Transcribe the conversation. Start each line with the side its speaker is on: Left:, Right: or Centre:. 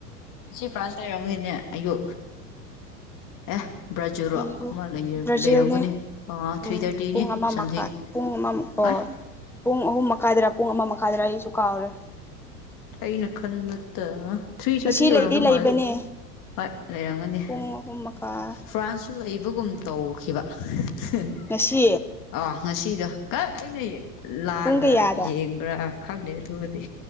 Left: ꯁꯤ ꯐ꯭ꯂꯥꯥꯁꯁ ꯋꯥꯉꯅꯦꯦ ꯑꯌꯌꯣ ꯑꯦ ꯕ꯭ꯔꯥꯖꯤꯜꯔꯣ
Centre: ꯑꯩꯕꯨ
Left: ꯑꯃ
Centre: ꯕ꯭ꯔꯥꯖꯤꯜꯅꯦ
Left: ꯂꯩꯔꯝꯒꯅꯤ ꯑꯥ ꯊ꯭ꯔꯤ
Centre: ꯎ
Left: ꯊꯥꯔꯇꯤꯅꯤ
Centre: ꯄꯨꯡ ꯑꯃ
Left: ꯁꯝꯊꯤꯡ
Centre: ꯃꯈꯥꯏ ꯄꯨꯡ ꯑꯃ ꯑꯣ
Left: ꯑ
Centre: ꯄꯨꯡ ꯑꯍꯨꯝ ꯃꯈꯥꯏꯗꯔ ꯄꯨꯡ ꯑꯃ ꯃꯈꯥꯏꯗꯔ ꯑꯩꯁꯨ ꯀꯨꯀꯥꯔ
Left: ꯑꯩꯅ ꯈꯟꯕꯠꯇ ꯊ꯭ꯔꯤ ꯊꯥꯔꯇꯤ
Centre: ꯉꯁꯤ
Left: ꯑꯣꯏꯔꯝꯗꯧ
Centre: ꯂꯩꯗꯤ ꯂꯩꯕꯅꯦ
Left: ꯃꯥꯂꯦ ꯍꯣꯏ ꯂꯩꯔꯝꯒꯅꯤ
Centre: ꯄꯨꯡ ꯑꯍꯨꯝ ꯃꯈꯥꯏ
Left: ꯐ꯭ꯔꯥꯟꯁꯁꯨ ꯂꯩꯕꯒꯨꯝ ꯇꯧꯈꯤꯕ <unintelligible>
Centre: ꯉꯁꯤ
Left: ꯉꯁꯤꯗ ꯀ ꯑꯩꯅ ꯂꯥꯜꯂ
Centre: ꯄꯨꯡ ꯀꯌꯥꯗ
Left: ꯌꯦꯡꯕ꯭ꯔꯥ ꯈꯪꯗꯦ ꯑꯗꯨꯗꯤ